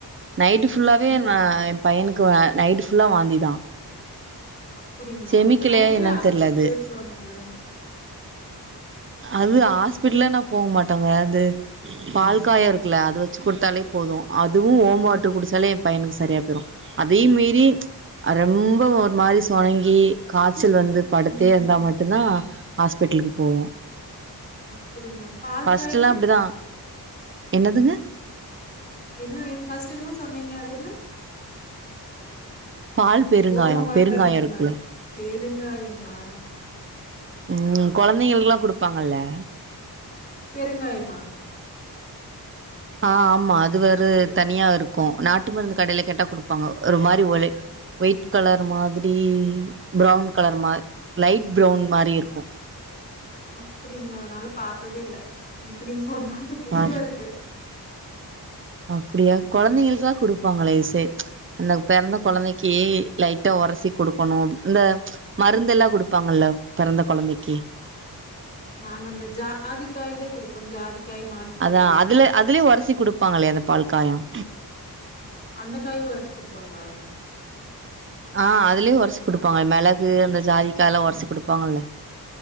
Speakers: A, on the right; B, on the left.
A: நைட்டு ஃபுல்லாவே
B: ம்
A: எ பையனுக்கு நைட்டு் ஃபுல்லா வாந்திதா
B: அப்டிங்களா
A: செமிக்கலையா
B: அப்ப நைட்டே
A: என்னன்னு
B: ஹாஸ்பிடல்
A: தெர்ல அது
B: போயிருக்கலாம்ல.
A: அது ஹாஸ்பிட்டல்லே நா போக மாட்டாங்க அது. பால காயம் இருக்குல்ல அது வச்சு குடுத்தாலே போதும். அதுவும் ஓமம் வாட்டரு குடிச்சாலே என் பையனுக்கு சரியா போயிடும். அதையும் மீறி ரொம்ப ஒரு மாதிரி சுணங்கி காய்ச்சல் வந்து.. படுத்தே
B: ம்
A: இருந்தா மட்டுந்தா ஹாஸ்பிட்டலுக்கு போவோ.
B: அப்டிங்களா பால்
A: ஃபஸ்ட்
B: காய்னா
A: எல்லா அப்டிதா. என்னதுங்க?
B: என்ன என் ஃபர்ஸ்ட் என்னமோ சொன்னீங்க அது என்ன? <unintelligible>
A: பால் பெருங்காயம்
B: ஓம வாட்றக்கு
A: பெருங்காயம்
B: முன்னாடி.
A: இருக்குல்ல
B: பெருங்காயங்ளா
A: உம்.. கொழந்தைங்களுக்கெல்லா குடுப்பாங்கல்ல..
B: பெருங்காயமா?
A: ஆ ஆமா அது வேற தனியா இருக்கும் நாட்டு மருந்து கடையில கேட்டா குடுப்பாங்க. ஒரு மாரி ஒய் ஒயிட் கலர் மாதிரி ப்ரவுன் கலர் மாதிரி லைட் பிரவுன் மாரி இருக்கும்.
B: அப்டிங்களா நாளா பாத்ததே இல்ல இப்ப நீங்க சொல்றது புதுசா
A: அ
B: இருக்கு
A: அப்டியா கொழந்தைங்களுக்குல்லா குடுப்பாங்களே இசை அந்த பெறந்த கொழந்தைக்கு லைட்டா ஒரசி குடுக்கணும் இந்த மருந்தெல்லா குடுப்பாங்கல்ல பெறந்த கொழந்தைக்கி
B: நாங்க அந்த ஜாதிக்காய்தா குடுப்போ ஜாதிக்காய் மாசிக்காய்
A: அதா
B: மாச்
A: அதுல அதுலயூ ஒரசி குடுப்பாங்கலே அந்த பால் காயம்
B: அந்த காயும் ஒரசி குடுப்பாங்களா
A: ஆ அதுலயே ஒரசி குடுப்பாங்க மெளகு அந்த ஜாதிக்கால்லாம் ஒரசி குடுப்பாங்கல்ல